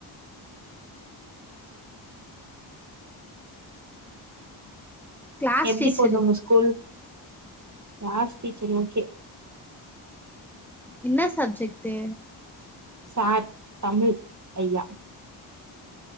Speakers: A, in the centre; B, on the right (about 35°).
A: கிளாஸ்
B: எப்டி
A: டீச்சரு
B: போது உங்க ஸ்கூல் க்ளாஸ் டீச்சர் ஓகே
A: இன்னா சப்ஜெக்டு
B: சார் தமிழ் ஐயா